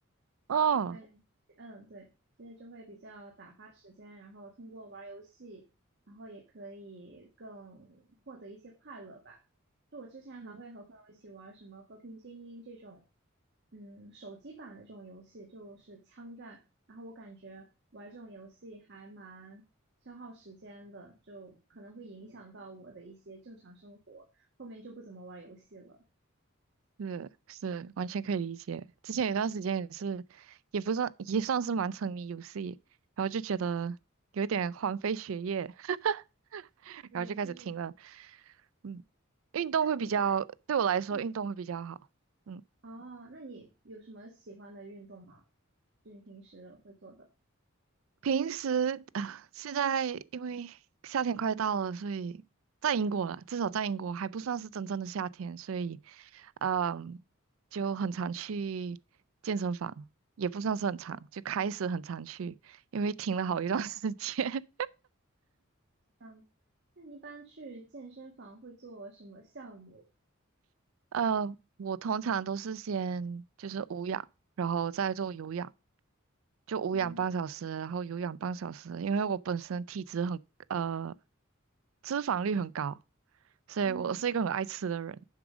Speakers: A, on the right; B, on the right.
A: 哦，
B: 我感觉，嗯，对，这些就会比较打发时间，然后通过玩儿游戏，然后也可以更获得一些快乐吧。就我之前还会和朋友一起玩儿什么《和平精英》这种，
A: 嗯，
B: 嗯，手机版的这种游戏，就是枪战。然后我感觉玩这种游戏还蛮消耗时间的，就可能会影响到我的一些正常生活，后面就不怎么玩儿游戏了。
A: 是是，完全可以理解。之前有段时间也是，也不算也算是蛮沉迷游戏，然后就觉得有点荒废学业，<laughs>
B: 对，
A: 然后就开始停了。
B: 确实。
A: 嗯，运动会比较，
B: 那你在，
A: 对我来说运动会比较好。
B: 嗯。
A: 嗯。
B: 哦，那你有什么喜欢的运动吗？就你平时会做的？
A: 平时啊，现在因为夏天快到了，所以在英国了，至少在英国还不算是真正的夏天，所以，嗯，就很常去健身房，也不算是很常，
B: 啊，
A: 就开始很常去，因为停了好一段 <laughs> 时间。
B: 这样。那你一般去健身房会做什么项目？
A: <laughs> 呃，我通常都是先就是无氧，然后再做有氧，就无氧半小时，
B: 嗯
A: 然后有氧半小时，因为我本身体脂很呃脂肪率很高，所以我是一个很爱吃的人，
B: 嗯，